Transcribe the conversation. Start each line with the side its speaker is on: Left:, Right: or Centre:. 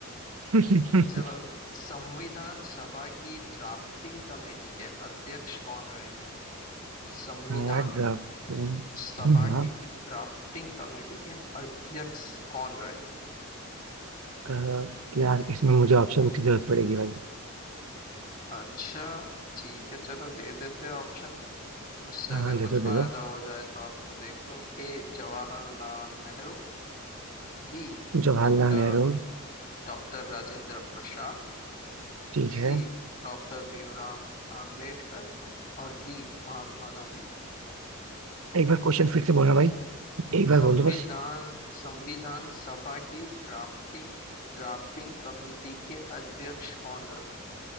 Right: <laughs>
Left: चलो संविधान सभा की ड्राफ्टिंग कमेटी के अध्यक्ष कौन रहे थे संविधान
Right: हाँ ड्राफ्टिंग
Left: सभा
Right: हाँ
Left: की ड्राफ्टिंग कमेटी के अध्यक्ष कौन रहे थे
Right: अ, यार इसमें मुझे ऑप्शन की जरूरत पड़ेगी भाई
Left: अच्छा ठीक है चलो दे देते हैं ऑप्शन उससे
Right: हाँ
Left: अगर
Right: दे
Left: कुछ
Right: दो दे
Left: फायदा
Right: दो
Left: हो जाए तो आपको देख लो A Jawaharlal Nehru B
Right: जवाहरलाल
Left: doctor
Right: नेहरू
Left: doctor Rajendra Prasad
Right: ठीक
Left: C
Right: है
Left: doctor Bhimrao Ambedkar और डी महात्मा गांधी
Right: एक बार क्वेश्चन फिर से बोलना भाई एक बार
Left: संविधान
Right: बोल दो बस
Left: संविधान सभा की ड्राफ्टिंग ड्राफ्टिंग कमेटी के अध्यक्ष कौन रहे